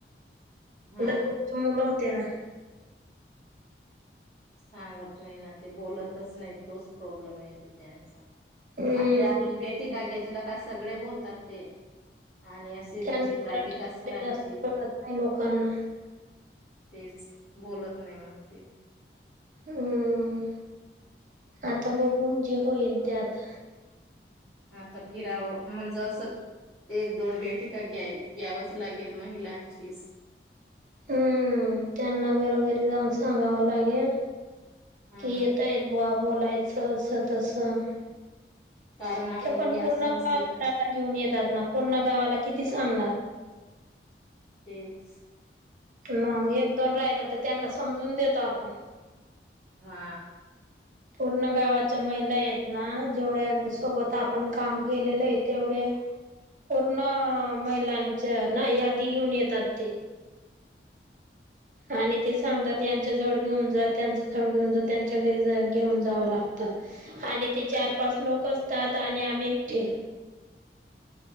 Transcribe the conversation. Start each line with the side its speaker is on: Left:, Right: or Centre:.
Left: हा
Right: दग बुकचे मुलं होते ना
Left: सांगत नाही ना ते बोलतच नाही तोच प्रॉब्लेम येतो त्यांचा
Right: हम्म
Left: आपल्या आपली भेटी का घेत लका सगळे बोलतात ते आणि अशी
Right: त्यांना
Left: विजीट राहिली
Right: मराठी
Left: का सरांची
Right: जास्त कळत नाही लोकांना
Left: तेच बोलत नाही मग ते
Right: हम आता बघून जे होईल त्यात
Left: आता फिरावं म्हणजे असंच एक दोन बैठिका घ्यावच लागेल महिलांचीच
Right: हम्म त्यांना घरोघरी जाऊन सांगावं लागेल
Left: हा
Right: की
Left: ना
Right: येत येत बुवा बोलायच स असं तसं ते
Left: कारण आपण
Right: पण
Left: या
Right: पूर्ण
Left: संस्थेत
Right: गावाात डाटा घेऊन येतात ना पूर्ण गावाला किती ती सांगणार.
Left: तेच.
Right: मग एक दोन राहिलं तर त्यांना समजून देतो आपण.
Left: हा.
Right: पूर्ण गावाच्या महिला आहेत ना जेवढ्यां सोबत आपण काम केलेलं आहे तेवढे पूर्ण महिलांच्या ना यादी घेऊन येतात ते. आणि ते सांगतात यांच्या जवळ घेऊन जा त्यांच्या जवळ घेऊन जा आणि ते सांगतात यांच्याजवळ घेऊन जा त्यांच्या जवळ घेऊन जा त्यांच्या घरी घेऊन जावं लागतं आणि ते चार पाच लोक असतात. आणि आम्ही एकटे.